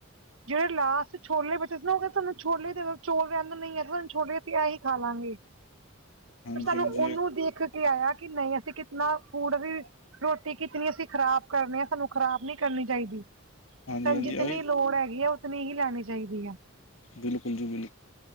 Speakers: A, on the right; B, on the left.
A: ਜਿੜੇ ਲਾਸਟ ਛੋਲੇ ਬੱਚੇ ਸੀ ਨਾ ਓ ਕੈ ਸਾਨੂੰ ਛੋਲੇ ਦੇਦੋ ਚੋਲ ਰੇਨਦੋ ਨਈ ਐ ਤੇ ਸਾਨੂੰ ਛੋਲੇ ਅਸੀਂ ਏਈ ਖਾ ਲਾਂਗੇ।
B: ਹਾਂਜੀ
A: ਫੇਰ ਸਾਨੂੰ
B: ਹਾਂਜੀ
A: ਉਨੂੰ ਦੇਖ ਕੇ ਆਯਾ, ਕਿ ਨਈ ਅਸੀਂ ਕਿਤਨਾ ਫੂਡ ਵੀ ਰੋਟੀ ਕਿਤਨੀ ਅਸੀਂ ਖ਼ਰਾਬ ਕਰਨੇ ਆ, ਸਾਨੂੰ ਖ਼ਰਾਬ ਨੀ ਕਰਨੀ ਚਾਈਦੀ।
B: ਹਾਂਜੀ
A: ਸਾਨੂੰ
B: ਹਾਂਜੀ
A: ਜਿਤਨੀ
B: ਆਹੀ
A: ਲੋੜ ਹੈਗੀ ਏ ਉਤਨੀ ਹੀ ਲੈਣੀ ਚਾਈਦੀ ਆ।
B: ਬਿਲਕੁਵ ਜੀ ਬਿਲਕੁਲ‌।